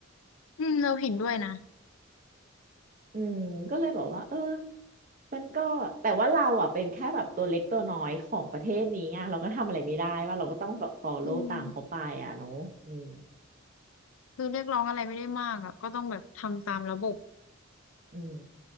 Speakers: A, on the left; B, on the right.
A: อืมเราเห็นด้วยนะ
B: อืมก็เลยบอกว่าเออมันก็แต่ว่าเราอ่ะเป็นแค่แบบตัวเล็กตัวน้อยของประเทศนี้ไงเราก็ทำอะไรไม่ได้ว่าเราก็ต้องแบบ follow
A: อืม
B: ตามเขาไปอ่ะเนาะอืม
A: คือเรียกร้องอะไรไม่ได้มากอ่ะก็ต้องแบบทำตามระบบ
B: อืม